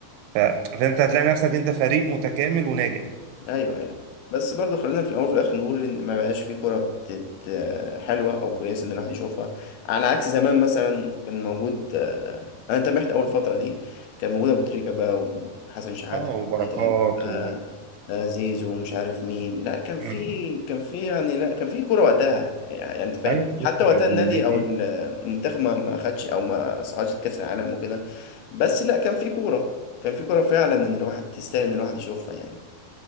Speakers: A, on the right; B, on the left.
A: ف... فانت هتلاقي نفسك انت فريق متكامل وناجح
B: ايوه ايوه بس برضو خلينا في الاول وفي الاخر نقول ان ما بقاش في كوره بتت آه، حلوه او كويسه ان الواحد يشوفها على عكس زمان مثلا كان موجود آه، انا تابعت اول فتره دي كان موجود ابو تريكه بقى وحسن شحاته
A: اه وبركات
B: متعب آه،
A: و
B: آه، زيزو ومش عارف مين لا كان
A: مم.
B: في كان في يعني لا كان في كوره وقتها يعني انت فاهم
A: ايوه بص
B: حتى وقتها النادي
A: دي دي,
B: او
A: دي.
B: ال- المنتخب ما ما خدش او ما صعدش لكاس العالم وكده بس لا كان في كوره كان في كوره فعلا ان الواحد تستاهل ان الواحد يشوفها يعني